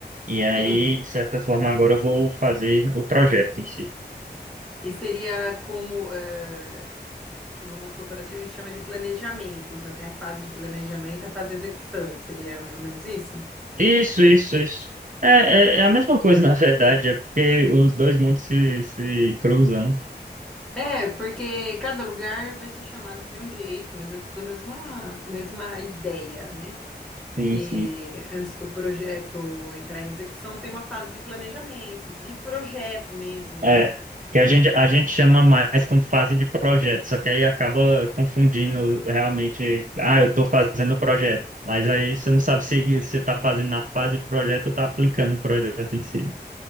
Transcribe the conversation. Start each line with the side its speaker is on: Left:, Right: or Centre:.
Right: E aí,
Centre: Sim.
Right: de certa forma, agora eu vou fazer o projeto em si.
Centre: E seria como, eh, no mundo corporativo a gente chama de planejamento. Então tem a fase de planejamento, a fase de execução. Seria mais ou menos isso?
Right: Isso, isso, isso. É, é, é a mesma coisa, <laughs> na verdade, é porque os dois mundos se, se cruzam, né?
Centre: É, porque cada lugar vai ser chamado de um jeito, mas é tudo a mesma, mesma ideia, né?
Right: Sim,
Centre: que
Right: sim.
Centre: antes do projeto entrar em execução tem uma fase de planejamento, de projeto mesmo, né?
Right: É, que a gente, a gente chama mais como fase de projeto, só que aí acaba confundindo realmente, ah, eu estou fazendo o projeto, mas aí você não sabe se você está fazendo na fase de projeto ou está aplicando o projeto em si.